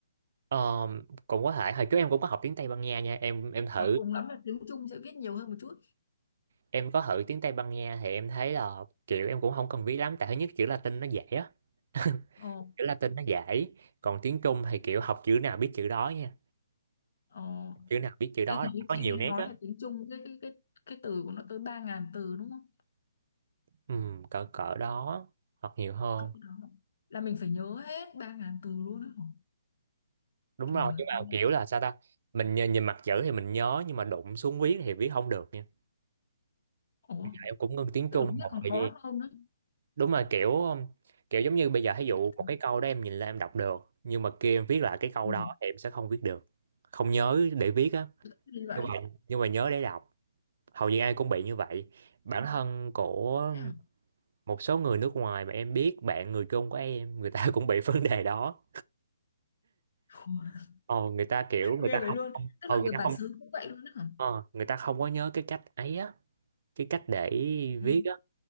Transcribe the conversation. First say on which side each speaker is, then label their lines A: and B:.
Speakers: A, on the right (about 55°); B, on the left (about 60°).
A: Ờ, cũng có thể hồi trước em cũng có học tiếng Tây Ban Nha nha em em thử
B: hoặc cùng lắm là tiếng Trung sẽ viết nhiều hơn một chút
A: em có thử tiếng Tây Ban Nha thì em thấy là kiểu em cũng không cần viết lắm tại thứ nhất chữ Latin nó dễ á <laughs>
B: Ồ,
A: chữ Latin nó dễ còn tiếng Trung thì kiểu học chữ nào biết chữ đó nha
B: ồ
A: chữ nào biết chữ đó
B: Ê, ý
A: là có
B: chị
A: nhiều
B: nghe
A: nét
B: nói
A: á
B: là tiếng Trung cái cái cái cái từ của nó tới ba ngàn từ đúng không?
A: ừ, cỡ cỡ đó hoặc nhiều hơn
B: Cỡ đó. Là mình phải nhớ hết ba ngàn từ luôn đó. hả?
A: đúng
B: Trời
A: rồi nhưng mà
B: ơi.
A: kiểu là sao ta mình nhìn, nhìn mặt chữ thì mình nhớ nhưng mà đụng xuống viết thì viết không được nha
B: Ủa,
A: Bây giờ em cũng ngưng tiếng
B: tức
A: Trung
B: là biết
A: một
B: còn
A: thời
B: khó
A: gian
B: hơn nữa.
A: đúng là kiểu um, kiểu giống như bây giờ ví dụ
B: Chị tưởng-
A: một cái câu đó em nhìn lên em đọc được nhưng mà kia em viết lại cái câu
B: ừ.
A: đó thì em sẽ không viết được không nhớ để viết á
B: Đi vậy.
A: nhưng mà nhưng mà nhớ để đọc hầu như ai cũng bị như vậy bản thân của
B: Thế hả?
A: một số người nước ngoài mà em biết bạn người Trung của em người ta cũng bị <laughs> vấn đề đó
B: Ủa,
A: Ờ, người ta kiểu người
B: Ghê
A: ta
B: vậy
A: không
B: luôn.
A: không
B: Tức
A: ờ,
B: là
A: người
B: người
A: ta
B: bản
A: không
B: xứ cũng vậy luôn đó hả?
A: ờ, người ta không có nhớ cái cách ấy á cái cách để
B: Ừ.
A: viết á